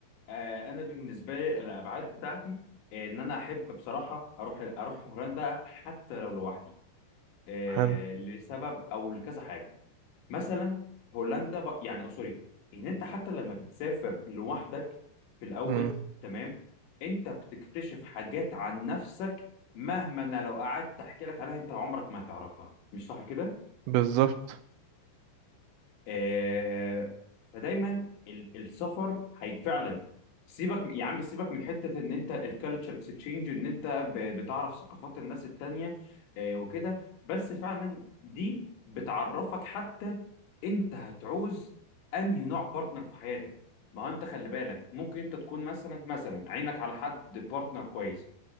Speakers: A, on the left (about 85°); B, on the right (about 80°).
A: آه، انا بالنسبه لي الابعاد بتاعتي آه، ان انا احب بصراحه اروح اروح هولندا حتى لو لوحدي آه،
B: حلو
A: لسبب او لكذا حاجه مثلا هولندا ب... يعني او سوري ان انت حتى لما بتسافر لوحدك في الاول
B: امم
A: تمام انت بتكتشف حاجات عن نفسك مهما انا لو قعدت احكي لك عليها انت عمرك ما هتعرفها مش صح كده
B: بالظبط
A: آه، فدايما ال- السفر هي فعلا سيبك يا عم سيبك من حته ان انت الكالتشر اكسشينج ان انت ب- بتعرف ثقافات الناس التانيه آه، وكده بس فعلا دي بتعرفك حتى انت هتعوز انهي نوع بارتنر في حياتك ما هو انت خلي بالك ممكن انت تكون مثلا مثلا عينك على حد بارتنر كويس